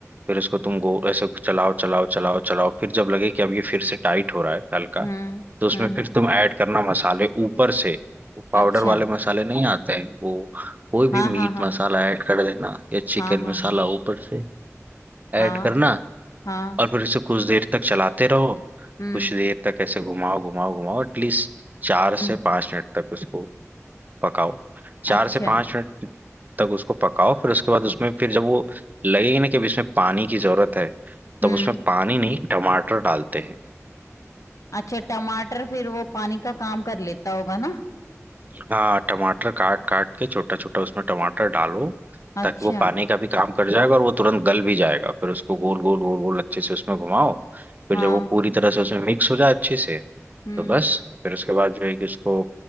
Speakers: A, on the right (about 30°); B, on the left (about 80°).
A: फिर उसको तुम गो ऐसे चलाओ चलाओ चलाओ चलाओ फिर जब लगे कि अब ये फिर से टाइट हो रहा है हल्का
B: हुँ।
A: तो उसमें
B: हुँ, हुँ।
A: फिर तुम ऐड करना मसाले ऊपर से वो पाउडर
B: अच्छा।
A: वाले मसाले नहीं आते हैं वो कोई
B: हाँ,
A: भी मीट
B: हाँ, हाँ।
A: मसाला ऐड कर देना या चिकन
B: हाँ, हाँ,
A: मसाला
B: हाँ।
A: ऊपर से ऐड
B: हाँ,
A: करना
B: हाँ।
A: और फिर इसे कुछ देर तक चलाते रहो
B: हुँ,
A: कुछ देर तक ऐसे घुमाओ घुमाओ घुमाओ एटलीस्ट चार से
B: हुँ।
A: पांच मिनट तक उसको पकाओ
B: अच्छा।
A: चार से पांच मिनट तक उसको पकाओ फिर उसके बाद उसमें
B: हुँ,
A: फिर जब वो लगेगी ना कि अब इसमें पानी की जरूरत है तब
B: हुँ।
A: उसमें पानी नहीं टमाटर डालते हैं
B: अच्छा टमाटर फिर वो पानी का काम कर लेता होगा ना?
A: हाँ टमाटर काट काट के छोटा छोटा उसमें टमाटर डालो
B: अच्छा।
A: ताकि वो पानी का भी काम कर जाएगा और वो तुरंत गल भी जाएगा फिर उसको गोल गोल गोल गोल अच्छे से उसमें घुमाओ फिर
B: हाँ।
A: जब वो पूरी तरह से उसमें मिक्स हो जाए अच्छे से
B: हुँ।
A: तो बस फिर उसके बाद जो है कि उसको